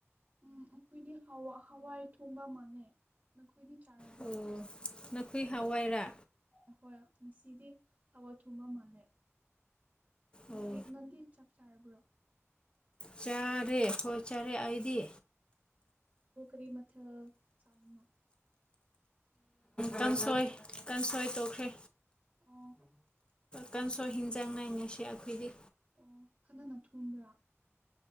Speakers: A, on the right (about 30°); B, on the left (about 20°).
A: ꯎꯝ ꯑꯩꯈꯣꯏꯗꯤ ꯍ ꯍꯋꯥꯏ ꯊꯣꯡꯕ ꯃꯥꯅꯦ ꯑꯩꯈꯣꯏꯗꯤ ꯆꯥꯔꯕ꯭ꯔꯣ
B: ꯑꯣ ꯅꯈꯣꯏ ꯍꯋꯥꯏꯔꯥ
A: ꯑꯍꯣꯏ ꯉꯁꯤꯗꯤ ꯍꯋꯥ ꯊꯨꯝꯕ ꯃꯥꯜꯂꯦ
B: ꯑꯣ
A: ꯅꯟꯗꯤ ꯆꯥꯛ ꯆꯥꯔꯕ꯭ꯔꯣ
B: ꯆꯥꯔꯦ ꯍꯣꯏ ꯆꯥꯔꯦ ꯑꯩꯗꯤ
A: ꯔꯤ ꯃꯊ ꯆꯥꯡꯅ
B: ꯀꯥꯡꯁꯣꯏ ꯀꯥꯡꯁꯣꯏ ꯇꯣꯛꯈ꯭ꯔꯦ
A: ꯑꯣ
B: ꯀꯟꯁꯨ ꯍꯤꯟꯖꯥꯡꯅꯥꯏ ꯉꯁꯤ ꯑꯩꯈꯣꯏꯗꯤ
A: ꯑꯣ ꯈꯅꯅ ꯊꯨꯝꯕ꯭ꯔꯥ